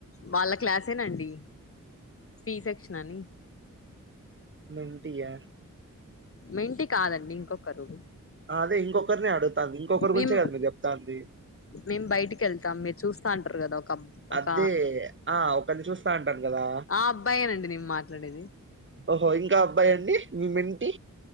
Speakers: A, on the left; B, on the right.
A: వాళ్ళ క్లాసేనండి సి సెక్షన్ అని
B: మెంటియా
A: మెంటి కాదండి ఇంకొకరు
B: అదే ఇంకొకరినే అడుగుతాంది ఇంకొకరి
A: మేం
B: గురించే కదా మీరు చెప్తాంది
A: మేం బయటికెళ్తాం మీరు చూస్తా ఉంటారు కదా ఒక అబ్ ఒక
B: అదే. ఆ ఒకర్ని చూస్తా ఉంటాను కదా
A: అ అబ్బాయేనండి నేను మాట్లాడేది
B: ఓహో ఇంకా అబ్బాయి అండి మి మేంటి